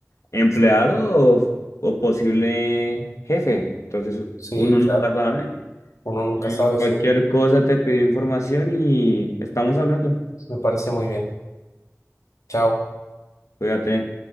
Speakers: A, on the left; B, on the left.
A: empleado o, o posible jefe. Entonces,
B: Sí,
A: uno
B: claro.
A: nunca sabe.
B: Uno nunca
A: Y
B: sabe, sí.
A: Cualquier cosa te pido información y estamos hablando.
B: Me parece muy bien. Chao.
A: Cuídate.